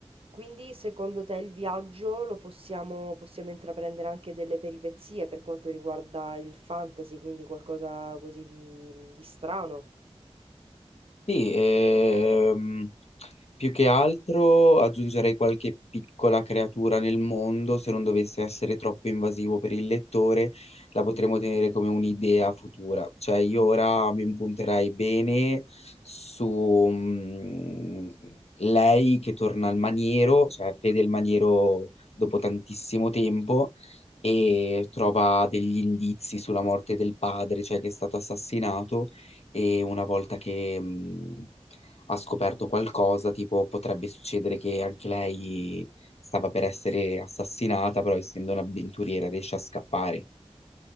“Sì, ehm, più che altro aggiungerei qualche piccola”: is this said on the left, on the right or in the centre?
Left